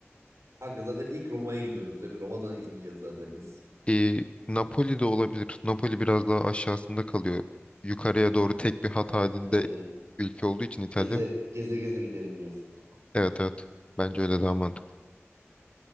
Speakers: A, on the right; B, on the left.
A: Kanka zaten ilk Roma'ya gidiyoruz değil mi? Roma'da ineceğiz zaten biz.
B: E, Napoli de olabilir. Napoli biraz daha aşağısında kalıyor. Yukarıya doğru tek bir hat
A: Ee,
B: halinde ülke olduğu için İtalya.
A: geze geze geze gidelim diyorsun.
B: Evet evet. Bence öyle daha mantıklı.